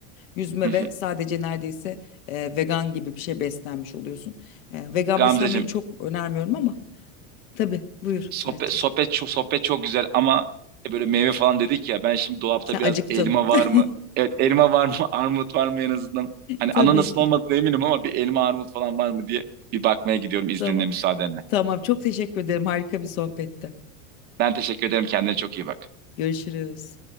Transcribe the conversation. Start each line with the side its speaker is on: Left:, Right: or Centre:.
Left: yüzme
Right: Hı
Left: ve
Right: hı.
Left: sadece neredeyse e, vegan gibi bir şey beslenmiş oluyorsun. E, vegan
Right: Gamzeciğim
Left: beslenmeyi çok önermiyorum ama tabii buyur
Right: Sohbet
Left: Erçim.
Right: sohbet çok sohbet çok güzel ama e, böyle meyve falan dedik ya ben şimdi dolapta
Left: Sen
Right: biraz
Left: acıktın.
Right: elma var
Left: <laughs>
Right: mı? Evet elma var mı? <laughs> Armut var mı en azından? Hani
Left: Tabii
Right: ananasın
Left: ki.
Right: olmadığına eminim ama bir elma armut falan var mı diye bir bakmaya gidiyorum izninle
Left: Tamam.
Right: müsaadenle.
Left: Tamam. Çok teşekkür ederim. Harika bir sohbette.
Right: Ben teşekkür ederim kendine çok iyi bak.
Left: Görüşürüz.